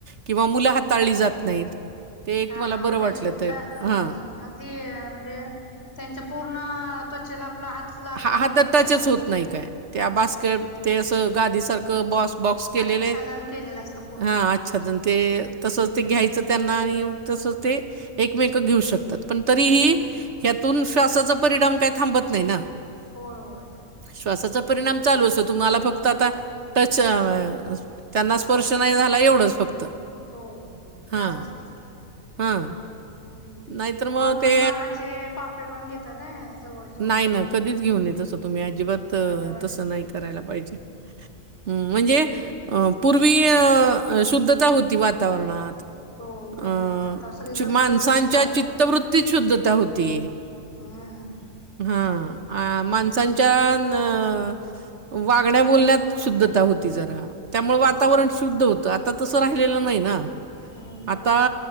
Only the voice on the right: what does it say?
किंवा मुलं
हाताळली जात नाहीत. ते एक
मला
बरं वाटलं ते
हां
हा
हात
टचच
होत नाही काय
त्या बास्के,
ते अस गादी सारखं बॉस बॉक्स केलेले
हा अच्छादन ते तसच
ते घ्यायचं.
त्यांना आणि मग तस ते एकमेक घेऊ शकतात पण तरीही
यातून श्वासाचा परिणाम काही थांबत नाही ना.
श्वासाचा परिणाम चालू असो तुम्हाला फक्त आता टच अ त्यांना स्पर्श नाही झाला, एवढंच फक्त.
हां,
हां.
नाहीतर मग
ते
नाही ना कधीच घेऊ नही, तसं तुम्ही अजिबात
त
तसं नाही करायला पाहिजे.
हूं म्हणजे
अ पूर्वी अ शुद्धता होती वातावरणात.
अ
माणसांच्या
चित्तवृत्तीत शुद्धता होती.
हा आ माणसांच्या न वागण्या बोलण्यात शुद्धता होती जरा. त्यामुळ वातावरण
शुद्ध होतं, आता तसं राहिलेलं नाही ना
आता